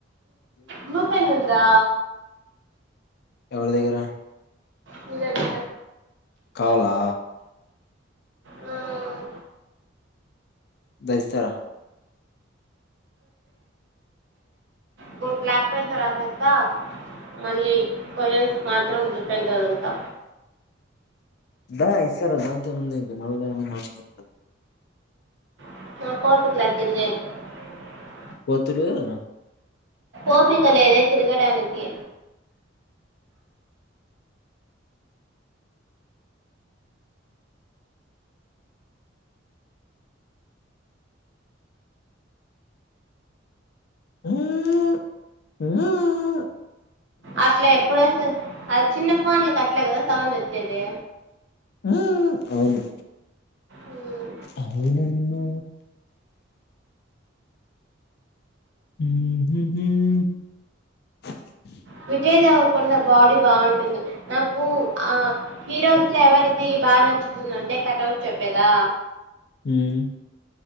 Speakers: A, on the right; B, on the left.
A: బ్లూ పెన్ ఉందా
B: ఎవడి దగ్గర
A: నీ దగ్గర
B: కావల
A: మ్మ్.
B: ద ఇస్తారా
A: బో బ్లాక్ పెన్‌ తో రాసేస్తా మళ్ళీ పోయంస్ కి మాత్రం పెన్ తో అదంతా
B: దా ఇస్తారా దాంతోఏముంది ఇంకా మళ్ళా ఏమో ఉంట
A: <unintelligible>
B: పోతులూఆ
A: ఒపికలేదే తిరగడానికి
B: హుమ్ హుమ్
A: అట్లా ఎప్పుడు వస్ అది చిన్న పోన్ల కట్లేకదా సౌండ్ వచ్చేది.
B: <inaudible> హుమ్ అవును
A: ఉమ్,
B: అవునమ్మా హుమ్ <inaudible>
A: విజయ్ దేవరకుండ బాడీ బాగుంటుంది. నాకు ఆ హీరోస్ లో ఎవరిది బాగా నచ్చుతుంది అంటే, కటఅవ్ట్ చెప్పేదా.
B: హుమ్